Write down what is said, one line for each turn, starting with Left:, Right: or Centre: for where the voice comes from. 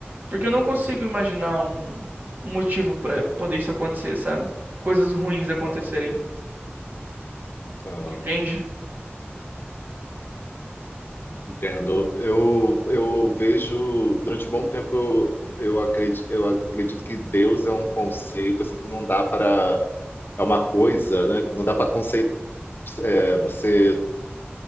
Right: Porque eu não consigo imaginar um, um motivo pra poder isso acontecer, sabe? Coisas ruins acontecerem,
Left: é, é,
Right: entende?
Left: entendo. Eu, eu vejo, durante um bom tempo, eu, eu acredito, eu acredito que Deus é um conceito, assim, que não dá para, é uma coisa, né, que não dá para conceito, é, você